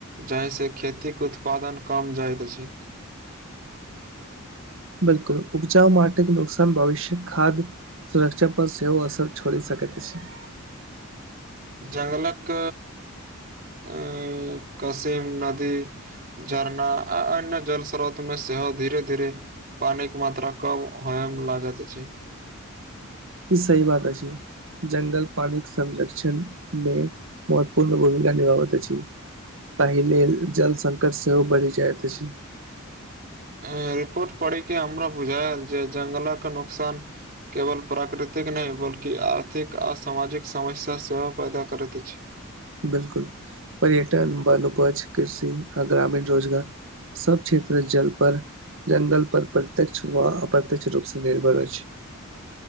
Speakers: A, on the right; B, on the right.
A: जाहि सं खेतीक उत्पादन कम जाइत अछी।
B: बिलकुल उपजा माटीक नुकसान भविष्य खाद सुरक्षा पर सेहो असर छोड़ी सकैत अछी।
A: जंगलक <inaudible> अं कसीम नदी झरना आ अन्य जल स्रोत मे सेहो धीरे-धीरे पानी के मात्रा कम होय मे लागत अछी।
B: ई सही बात अछी। जंगल पानीक संरक्षण मे महत्वपूर्ण भूमिका निभाबैत अछी। तही लेल जल संकट सेहो बढ़ी जाइत अछी।
A: एं रिपोर्ट पढ़ीके हमरा बुझाएल जे जंगलक नुकसान केवल प्राकृतिक नै बल्कि आर्थिक आ सामाजिक समस्या सेहो पैदा करैत अछी।
B: बिलकुल पर्यटन वन उपज, कृषि आ ग्रामीण रोजगार सब क्षेत्र जल पर जंगल पर प्रत्यक्ष वा अप्रत्यक्ष रूप स निर्भर अछि।